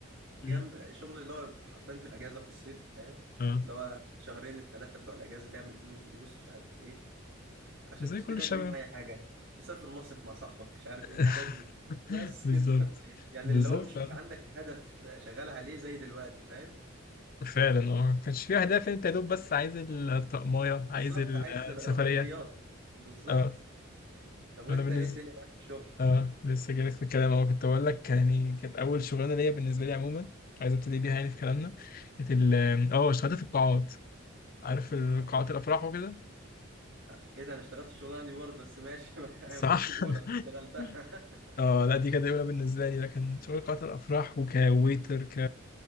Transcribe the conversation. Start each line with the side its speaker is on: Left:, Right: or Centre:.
Right: جنب
Left: مم.
Right: شغل اللي هو حرفيا في الاجازه في الصيف فاهم
Left: اه
Right: اللي هو شهرين الثلاثه بتوع الاجازه تعمل فيهم فلوس مش عارف ايه عشان
Left: زي
Right: تشتري
Left: كل الشباب
Right: لك بيهم اي حاجه تسافر مصيف مع صاحبك مش عارف
Left: <laughs>
Right: ايه الحاجات دي بس
Left: بالظبط
Right: كده <laughs> يعني
Left: بالظبط
Right: اللي هو مش مش عندك هدف شغال عليه زي دلوقتي فاهم
Left: فعلا اه ما كانش فيه اهداف انت يا دوب بس عايز الطقمايه عايز
Right: بالظبط عايز رفاهيات
Left: السفريه
Right: بالظبط
Left: اه
Right: طب وانت
Left: انا بالنسبه
Right: ايه الدنيا معاك في الشغل
Left: اه لسه جايلك في الكلام اهو كنت بقول لك يعني كانت اول شغلانه ليا بالنسبه لي عموما عايز ابتدي بيها يعني في كلامنا كانت ال اه اشتغلت في القاعات عارف القاعات الافراح وكده
Right: أ- ايه ده انا اشتغلت الشغلانه دي برضه بس ماشي <laughs> ما
Left: صح
Right: كانتش الاولى بس اشتغلتها
Left: <laughs> اه لا دي كانت اولى بالنسبه لي لكن شغل قاعات الافراح وكويتر ك